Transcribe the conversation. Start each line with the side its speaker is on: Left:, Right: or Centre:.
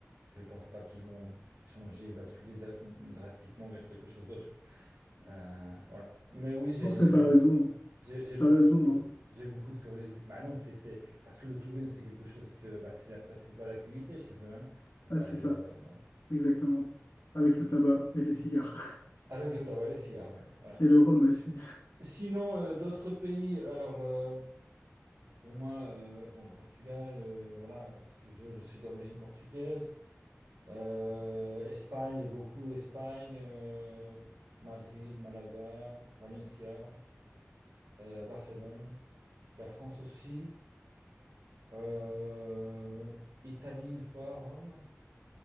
Right: Je pense pas qu'ils vont changer, basculer dra- drastiquement vers quelque chose d'autre. Euh, voilà. Mais oui, j'ai
Left: pense
Right: j'ai
Left: que tu
Right: beaucoup
Left: as raison.
Right: de, j'ai j'ai beaucoup
Left: Tu as raison.
Right: de, cu-
Left: hein.
Right: j'ai beaucoup de curiosité. Bah non, c'est c'est- parce que le tourisme, c'est quelque chose que bah, c'est la principale activité chez eux. Hein. Faut pas
Left: Ah, c'est
Right: le.
Left: ça,
Right: ouais.
Left: exactement. Avec le tabac et les cigares.
Right: Avec le tabac et les cigares, ouais.
Left: <laughs>
Right: Voilà.
Left: Et le rhum aussi.
Right: Sinon, euh, d'autres pays. Alors, euh, pour moi, euh, bon, le Portugal, euh, voilà, parce que je, je suis d'origine portugaise. Euh, Espagne, beaucoup Espagne, euh, Madrid, Malaga, Valencia, euh, Barcelone. La France aussi. Euh, Italie une fois, Rome.